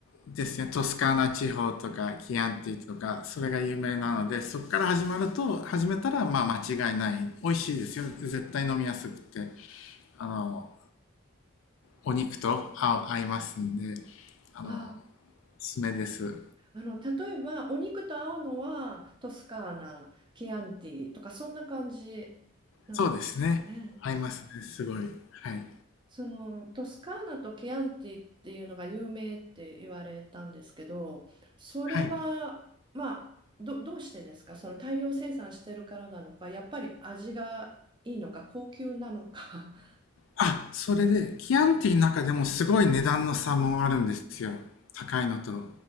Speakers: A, on the left; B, on the right.
A: ですね。トスカーナ地方とか、キアンティとか、それが有名なので、そこから始まると、始めたら、まあ、間違いない。美味しいですよ。絶対飲みやすくて。あの、お肉と合う合いますんで、あの、
B: あ、
A: おすすめです。
B: あの例えばお肉と合うのはトスカーナ、キアンティとかそんな感じなんですかね。
A: そうですね。合いますね。すごい。はい。
B: そのトスカーナとケアンティっていうのが有名って言われたんですけど、それは、
A: はい。
B: まあ、ど、どうしてですかその大量生産してるからなのか、やっぱり味がいいのか、高級なのか。<laughs>
A: あ、それで、キアンティの中でもすごい値段の差もあるんですよ。高いのと、